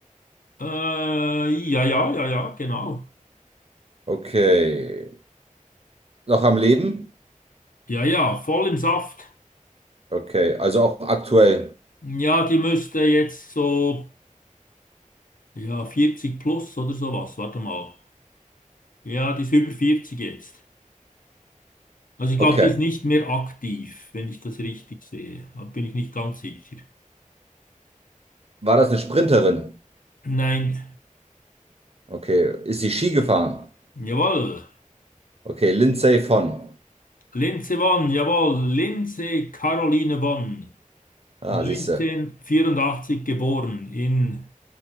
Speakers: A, on the left; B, on the right.
A: Äh, ja, ja, ja, ja, genau.
B: Okay. Noch am Leben?
A: Ja, ja, voll im Saft.
B: Okay. Also auch aktuell.
A: Ja, die müsste jetzt so, ja, 40 plus oder sowas. Warte mal. Ja, die ist über 40 jetzt. Also ich glaube,
B: Okay.
A: die ist nicht mehr aktiv, wenn ich das richtig sehe. Da bin ich nicht ganz sicher.
B: War das eine Sprinterin?
A: Nein.
B: Okay. Ist sie Ski gefahren?
A: Jawohl.
B: Okay. Lindsay von.
A: Linze Vonn, jawohl. Linze Caroline Vonn.
B: Ah,
A: 1984
B: siehst du.
A: geboren in